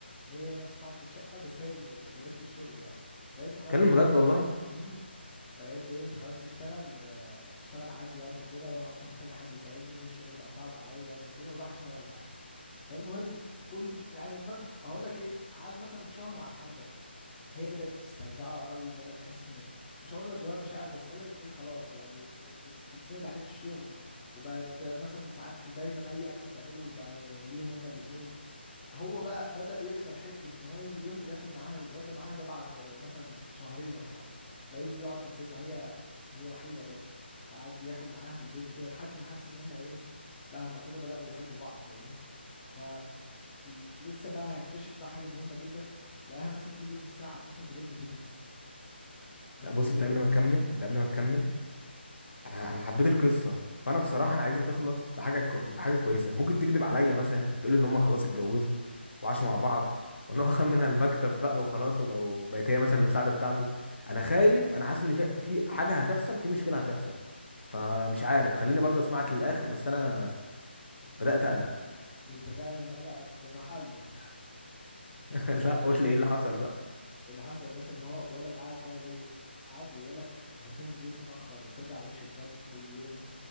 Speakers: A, on the left; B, on the left.
A: هي نفس صاحبه الشقه بس هي اللي اللي جابت له الشغل يعني فقالت له خلاص
B: اتكلم
A: انت
B: بجد والله
A: امم فقالت له ايه انت خلاص تشتغل آه، تشتغل عندي يعني وكده وانا اصلا محتاجه حد يساعدني الشغل بقى صعب عليا يعني وكده وراح اشتغل معاه فالمهم كل يعني ما- هقول لك ايه قعد مثلا شهر على الحال ده هي بدأت تستجدعه قوي وبدأت تحس ان مش هقول لك جواها مشاعر بس بدأت ايه خلاص يعني تتسند عليه في الشغل وبقت مثلا ساعات دايما اي اكل بتعمله بقى ليهم هما الاتنين هو بقى بدأ يكسر حتة ان هو ينزل يف- ياكل معاها ويتغدى معاها ده بعد مثلا شهرين ولا حاجة فبقى ينزل يقعد في البيت فهي هي وحيدة برضه فقعد ياكل معاها في البيت وكده لحد ما حس ان هما ايه لا هما كده بدأوا يحبوا بعض فاهمني ف ال- لسه بقى هيكتشف بقى حاجة مهمة جدا لقاها مثلا كل يوم الساعة 12 بالليل بتنزل بتروح
B: لا بص
A: فين
B: انت قبل ما تكمل انت قبل ما تكمل انا انا حبيت القصه فانا بصراحه انا عايزها تخلص بحاجه كو- بحاجه كويسه ممكن تكذب عليا مثلا وتقول ان هم خلاص اتجوزوا وعاشوا مع بعض وان هو <laughs> خد منها المكتب بقى وخلاص وبقوا بقت هي مثلا المساعده بتاعته انا خايف انا حاسس ان في في حاجه هتحصل في مشكله هتحصل فمش عارف خليني برضه اسمعك للاخر بس انا
A: <laughs>
B: بدات اقلق
A: انت فعلا قلقك في محله <laughs>
B: <laughs> لا قول لي ايه اللي حصل بقى
A: اللي حصل يا باشا ان هو بقول لك قعد بقى ايه قعد يقول لك هي بتنزل ليه متأخر وبترجع وش الفجر كل يوم